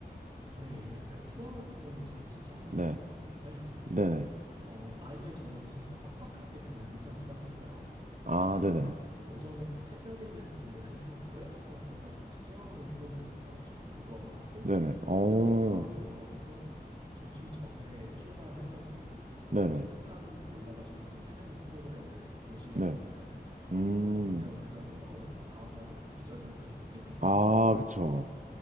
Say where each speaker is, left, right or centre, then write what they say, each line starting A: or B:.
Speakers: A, on the right; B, on the right.
A: 네, 약간 투어 같은 걸로 저는 신청을
B: 네.
A: 해서 갔었는데,
B: 네네.
A: 어, 아예 저는 진짜 빡빡하게 그날 일정을 짰었어요.
B: 아,
A: 그러니까
B: 네네.
A: 오전에, 새벽에는 이동을 해서 고래상어랑 같이 수영하는 프로그램이 있어가지고 그거 하고,
B: 네네. 어,
A: 그다음에 바로 거기서 점심 전에 출발해가지고 바로
B: 네네.
A: 산 올라가지고 하는 캐녀닝 프로그램을 동시에
B: 네.
A: 했었는데,
B: 음,
A: 어, 그냥 그날 끝나고 나니까 다음 날은 아예 기절 상태였습니다. <laughs>
B: 아, 그쵸.